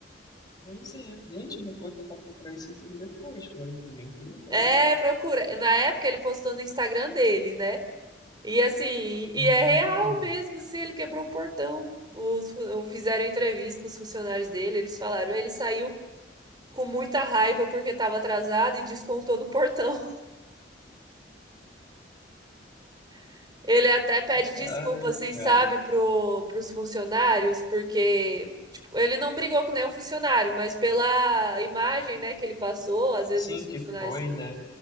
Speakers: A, on the left; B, on the right.
A: pois é. Gente, eu vou tentar procurar esse vídeo depois, que agora eu fiquei bem curioso.
B: É, procura. Na época ele postou no Instagram dele, né? E assim,
A: Hum.
B: e é real mesmo, assim, ele quebrou o portão. Os, fu- fizeram entrevista com os funcionários dele, eles falaram, ele saiu. com muita raiva porque estava atrasado e descontou no portão. <laughs> Ele até pede desculpa,
A: Ai,
B: assim,
A: cara.
B: sabe, pro, pros funcionários, porque tipo, ele não brigou com nenhum funcionário, mas pela imagem, né, que ele passou, às vezes
A: Sim,
B: os
A: que
B: funcionários.
A: foi, né?